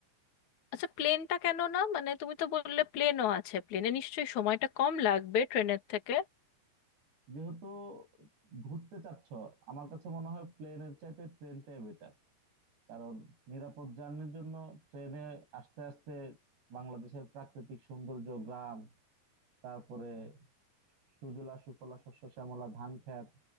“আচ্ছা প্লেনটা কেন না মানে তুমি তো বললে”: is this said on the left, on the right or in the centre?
Left